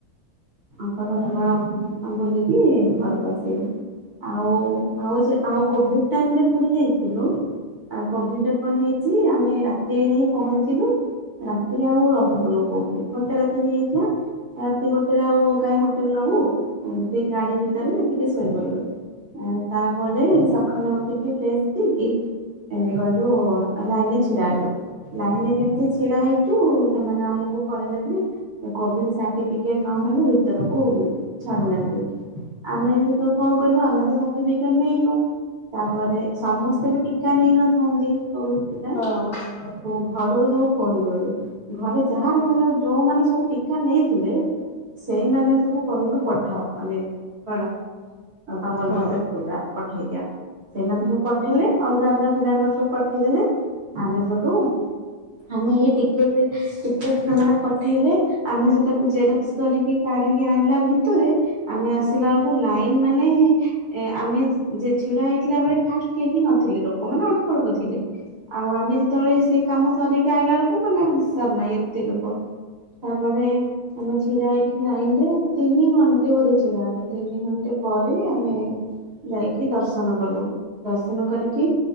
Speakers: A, on the right; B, on the left.
A: ସର୍
B: ହଁ
A: ବୁଲିକି ଘରକୁ ଆସିଲୁ। ଆଉ ଆଉ ଆଉ କୋଭିଡାଇମରେ ପୁରି ଯାଇଥିଲୁ ଆଉ କୋଭିଡ ରେ କଣ ହେଇଛି ଆମେ ରାତି ନେଇ ପହଞ୍ଚିଲୁ। ରାତିରେ ଆଉ ରହିଲୁନୁ କୋଉଠି ଗୋଟେ ରାତି ହେଇଯାଇଥିଲା। ରାତି ଗୋଟେରେ ଆଉ କାଇହିଁ ହୋଟେଲ ନବୁ ଆଉ ସେ ଗାଡି ଭିତରେ ଟିକେ ଶୋଇପଡ଼ିଲ ତାପରେ ସକାଳେ ଉଠିକି ଫକି ଗଲୁ ଲାଇନ ରେ ଛିଡା ହେଲୁ ଲାଇନ ରେ ଯେମତି ଛିଡା ହେଇଛୁ ସେମାନେ ଆମକୁ କହିଲେ ଯେ କୋଭିଡ ସାର୍ଟିଫିକେଟ ନହେଲେ ଭିତରକୁ ଛାଡୁନାହାନ୍ତି ଆମେ ସେ କଣ କରିବୁ ଆମେ ତ ସାର୍ଟିଫିକେଟ ନେଇନୁ ତାପରେ ସମସ୍ତେ ବି ଟୀା ନେଇନଥାନ୍ତି କୋଭିଡ ଟିକା
B: ହଁ
A: ଆଉ ତ ଘରକୁ ସବୁ ଫୋନ କଲୁ ଘରେ ଯାହାର ଯାହାର ଯୋଉମାନୋନ ସବୁ ଟୀ ନେଇଥିଲେ ସେଇମାନେେ ସବୁ କହିଲୁ ପଠାଅ ମାନେ କଣ ତମର
B: ହଁ
A: ଯୋଉ ଗୁଡା ପଠେଇ ଦିଅ ସେମାନେ ସବୁ ପଠେଇଲେ ଅଲଗା ଅଲଗା ପିଲାଙ୍କର ସବୁ ପଠେଇଦେଲେ ଆମେ ଯୋଠୁ ଆମେ ଏଇ ଟିକେ ଟିକେ ସେମାନେ ପଠେଇଲେ ଆମେ ସେ ତାକୁ ଜେରକ୍ସ କରିକି କାଢିକି ଆଣିଲା ଭିତରେ ଆମେ ଆସିଲା ବେଳକୁ ଲାଇନ ମାନେ ଏ ଆମେ ଯେ ଛିଡା ହେଇଥିଲା ବେଳେ ଫାଷ୍ଟ କେହି ନଥିଲେ ଲୋକମାନୋନେ ଅଳ୍ପ ଅଳ୍ପ ଥିଲେ ଆଉ ଆମେ ଯେତେବେଳେ ସେ କାମ ସରକି ଆଇିଲା ବେଳକୁ ମାନେ ହିସାବ ନାହିଁ ଏତେ ଲୋକ ତାପରେ ଆମେ ଛିଡା ହେଇକି ଲାଇନ ରେ ତିନି ଘଣ୍ଟେ ବୋଧେ ଛିଡା ତିନି ଘଣ୍ଟେ ପରେ ଆମେ ଯାଇକି ଦର୍ଶନ କଲୁ ଦର୍ଶନ କରିକି